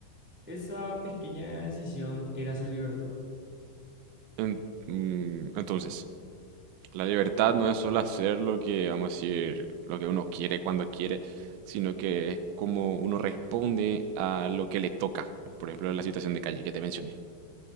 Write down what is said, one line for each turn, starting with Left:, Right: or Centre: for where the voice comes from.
Centre: Esa pequeña decisión era su libertad.
Right: En- mm, entonces. La libertad no es solo hacer lo que, vamos a decir, lo que uno quiere cuando quiere, sino que es como uno responde a lo que le toca. Por ejemplo, la situación de calle que te mencioné.